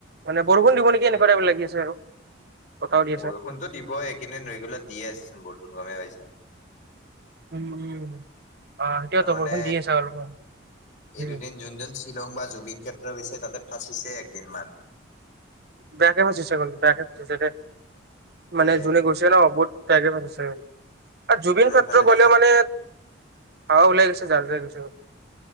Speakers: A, on the right; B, on the left.
A: মানে বৰষুণ দিব নেকি
B: সেই
A: এনেকুৱা টাইপ লাগি আছে আৰু বতাহও দি
B: বৰষুণতো
A: আছে।
B: দিবই এইকেইডিন ৰেগুলাৰ দিয়ে আছে চোন বৰষুণ গমে পইছা।
A: উ, উ, আহ, সেইতোৱেতো
B: আৰু মানে
A: বৰষূণ দিয়ে আছে আৰু।
B: এই দুদিন যোনজন শ্বিলং বা জুবিন ক্ষেত্ৰ গৈছে তাতে ফাঁচিছে একদিনমান।
A: বেয়াকে ফাচিছে কিন্তু বেয়াকে ফচিছে দেই
B: তে
A: মানে জোনে গৈছে। তাতে ন বহুত বেয়াকে ফাছে আৰু জুবিনক্ষেত্ৰ
B: সেইফালে
A: গ'লেও
B: দেখা
A: মানে। হাৱা ওলাই গৈছে, যাৰ, যাৰ গৈছে।